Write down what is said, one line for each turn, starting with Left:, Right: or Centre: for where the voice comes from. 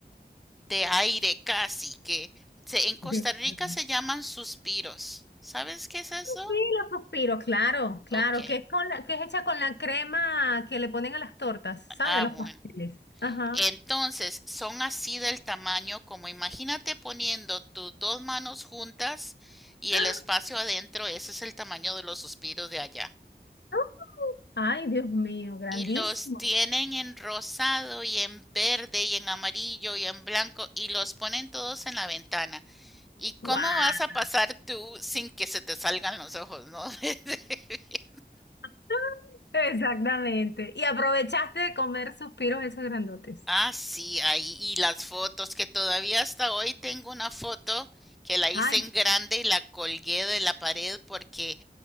Centre: de aire casi, que se- en Costa
Left: de
Centre: Rica
Left: verdad.
Centre: se llaman suspiros. ¿Sabes qué es eso?
Left: Sí, los suspiros, claro, claro,
Centre: Ok.
Left: que es con la, que es hecha con la crema que le ponen a las tortas, ¿sabes?
Centre: Ah,
Left: Los
Centre: bueno.
Left: pasteles. Ajá.
Centre: Entonces, son así del tamaño como imagínate poniendo tus dos manos juntas y
Left: <gasps>
Centre: el espacio adentro, ese es el tamaño de los suspiros de allá.
Left: ¡Ah! Ay, Dios mío, grandísimo.
Centre: Y los tienen en rosado y en verde y en amarillo y en blanco y los ponen todos en la ventana. ¿Y
Left: ¡Wow!
Centre: cómo vas a pasar tú sin que se te salgan los ojos, no? <laughs>
Left: <laughs> Exactamente. Y aprovechaste de comer suspiros esos grandotes.
Centre: Ah, sí, ahí. Y las fotos, que todavía hasta hoy tengo una foto que la hice
Left: Ay,
Centre: en grande y la colgué de la pared porque,